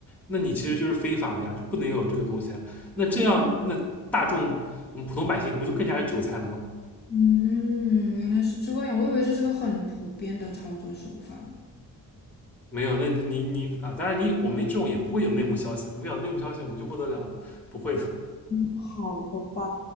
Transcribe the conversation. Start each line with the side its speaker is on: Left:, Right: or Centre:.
Centre: 那你其实就是非法的呀，就不能有这个东西啊。那这样，那大众我们普通百姓不就更加是韭菜了吗？
Left: 嗯，原来是这样，我以为这是个很普遍的操作手法呢。
Centre: 没有，那你你啊，当然你我们这种也不会有内幕消息，我们有内幕消息我们就不得了了，不会的
Left: 好的吧，